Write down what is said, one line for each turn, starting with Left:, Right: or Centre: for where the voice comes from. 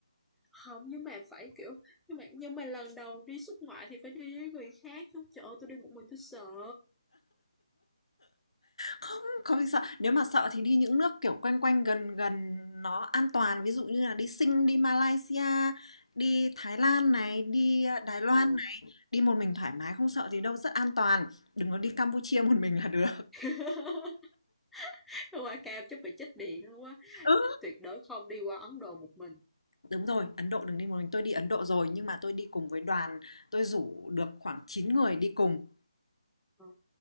Centre: Hông, nhưng mà phải, kiểu, nhưng mà nhưng mà lần đầu đi xuất ngoại thì phải đi với người khác chứ, trời ơi, tui đi một mình tui sợ.
Left: Không, có gì sợ, nếu mà sợ thì đi những nước kiểu quanh quanh gần gần nó an toàn, ví dụ như là đi Sing, đi Malaysia, đi Thái Lan này, đi ờ, Đài Loan
Centre: Ừ.
Left: này, đi một mình thoải mái không sợ gì đâu, rất an toàn. Đừng có đi Campuchia một mình là được.
Centre: <laughs> Qua Cam chắc bị chích điện luôn á,
Left: <laughs> Ừ.
Centre: tuyệt đối không đi qua Ấn Độ một mình.
Left: Đúng rồi, Ấn Độ đừng đi một mình. Tôi đi Ấn Độ rồi nhưng mà tôi đi cùng với đoàn, tôi rủ được khoảng chín người đi cùng.
Centre: Ờ.